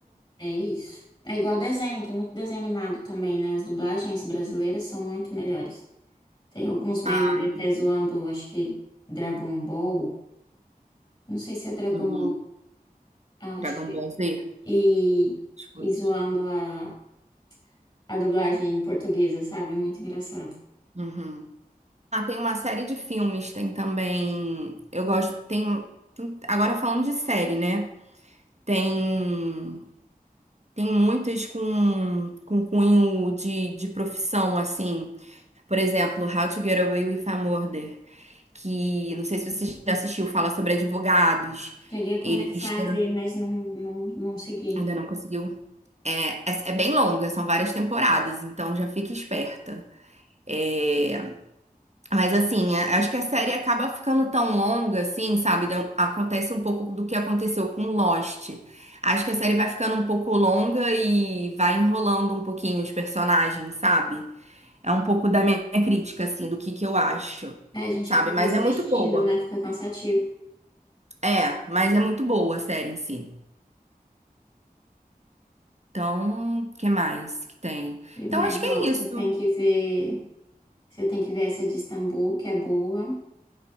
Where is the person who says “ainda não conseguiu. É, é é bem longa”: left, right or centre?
Right